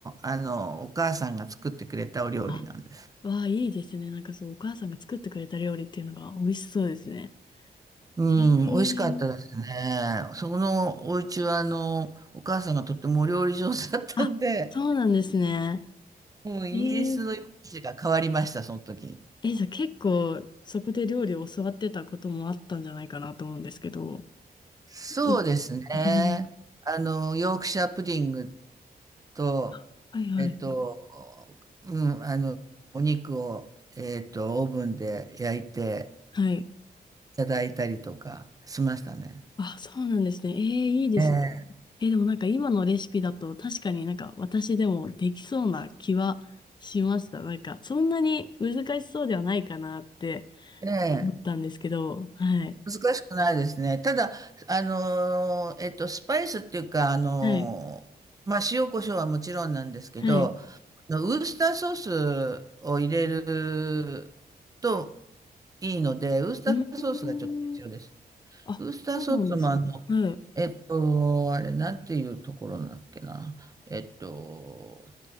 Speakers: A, on the right; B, on the left.
A: あの、お母さんが作ってくれたお料理なんです。
B: あ、わあ、いいですね。なんかそう、お母さんが作ってくれた料理っていうのが美味しそうですね。
A: うん、
B: えー、
A: 美味しかったですね。そこのお家は、あの、お母さんがとってもお料理上手だったんで、
B: あ、そうなんですね。
A: もうイギリスのイメージが変わりました、
B: えー
A: その時に。
B: え、じゃあ結構そこで料理を教わってたこともあったんじゃないかなと思うんですけど。
A: そうですね。
B: いはい。
A: あの、ヨークシャープディングと、
B: あはいはい。
A: えっと、うん、あの、お肉を、えっと、オーブンで焼いて
B: はい。
A: いただいたりとかしましたね。
B: あ、そうなんですね。えー、いいですね。
A: ええ。
B: えー、でもなんか今のレシピだと確かになんか私でもできそうな気はしました。なんかそんなに難しそうではないかなって
A: ええ
B: 思ったんですけど。はい。
A: 難しくないですね。ただ、あのー、えっと、スパイスっていうか、あのー、
B: はい。
A: まあ、塩コショウはもちろんなんですけど、
B: はい。う
A: あのウースターソースを入れるといいので、ウースターソースがちょっと必要ですね。
B: ーん。あ、
A: ウースターソースもあの、
B: そうなんですね。はい。
A: えっと、あれ、なんていうところなんだっけな。えっと、